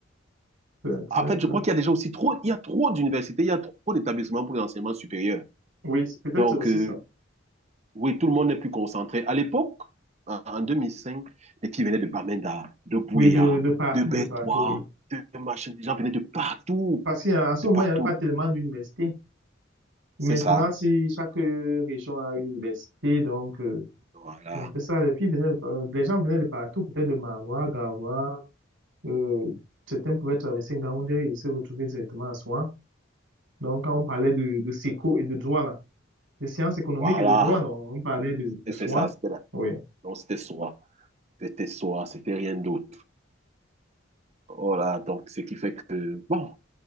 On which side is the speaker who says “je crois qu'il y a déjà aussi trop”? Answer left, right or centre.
Right